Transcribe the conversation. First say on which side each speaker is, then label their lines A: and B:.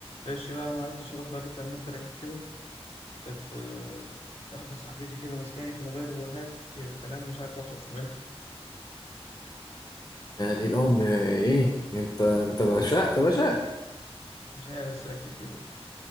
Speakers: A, on the left (about 75°); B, on the left (about 40°).
A: ماشي بقى ما عرفتش ارد عليك لما انت رنيت كده كانت آه، واحده صاحبتي كده ماسكاني في الموبايل وهات ك- كلام مش عارف اخلص منها
B: يعني الأم إيه أنت أنت رشقت يا باشا
A: <laughs> مش عارف شكلي كده